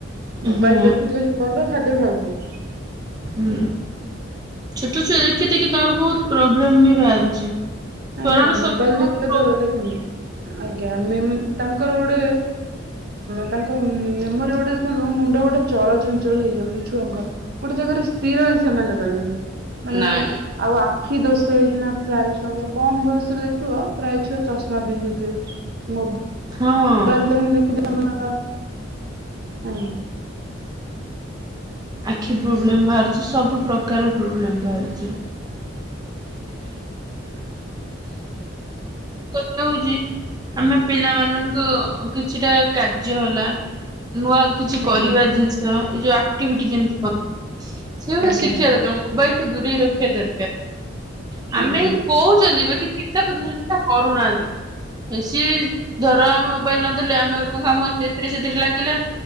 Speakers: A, on the right (about 55°); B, on the right (about 20°).
A: ମୋବାଇଲ
B: ହୁଁ।
A: ଦେଖୁଥିବେ ଯେ ପର୍ଯ୍ୟନ୍ତ ଖାଦ୍ୟ ଖାଉଥିବେ।
B: ହୁଁ ଛୋଟ ଛୁଆ ଦେଖି ଦେଖି ତାଙ୍କର ବହୁତ ପ୍ରୋବ୍ଲେମ ବି ବାହାରୁଛି। ସ୍ମରଣ
A: ଆଜ୍ଞା ମୋବାଇଲ
B: ଶକ୍ତି
A: ଦେଖିବା
B: ବହୁତ
A: ଧର ଦେଖୁନୁ। ଆଜ୍ଞା ତାଙ୍କର ଗୋଟେ ତାଙ୍କ ମେମୋରି ଗୋଟେ ଦେଖନ୍ତୁ ମୁଣ୍ଡ ଗୋଟେ ଚଳଚଞ୍ଚଳ ହେଇଯାଉଛି ଛୁଆଙ୍କର ଗୋଟେ ଜାଗାରେ ସ୍ଥିର ହିଁ ସେମାନେ ରହିବେନି। ମାନେ
B: ନାଇଁ।
A: ଆଉ ଆଖି ଦୋଶ ଏଇକିନା ପ୍ରାୟ ଛୁଆଙ୍କର କମ ବୟସରେ ଦେଖିବ ପ୍ରାୟ ଛୁଆ ଚଷମା ବିନ୍ଧୁଥିବେ ମୋ
B: ହଁ
A: ବାଇଲ ତୁ ଦେଖି ଦେଲେ ଆ
B: ଆଖି ପ୍ରୋବ୍ଲେମ ବାହାରୁଛି ସବୁ ପ୍ରକାର ପ୍ରୋବ୍ଲେମ ବାହାରୁଚି। ଟ ହଉଛି ଆମେ ପିଲାମାନଙ୍କ କିଛିଟା କାର୍ଯ୍ୟ ହେଲା। ନୂଆ କିଛି
A: ଆଜ୍ଞା
B: କରିବା ଜିନିଷ ଏ ଯୋଉ ଆକ୍ଟିଭିଟି ଯେମିତି କରନ୍ତି ସେଇଗୁଡା
A: ଆଜ୍ଞା
B: ଶିଖିବା
A: ଆଜ୍ଞା
B: ଦରକାର ମୁଁ ମୋବାଇଲଠୁ ଦୂରେଇ ରଖିବା ଦରକାର ଆମେ
A: ଆଜ୍ଞା
B: କହୁଛ ବାକି ଚିନ୍ତା ଖୋଜୁଥିଲେ ନା ସେ କରୁନାହାନ୍ତି। ହେଇସି ଧର ଆମେ ମୋବାଇଲ ନ ଦେଲେ ଆମେ ଗୋଟେ କଣ କାମଥିରେ ସେଥିରେ ଲାଗିଲା।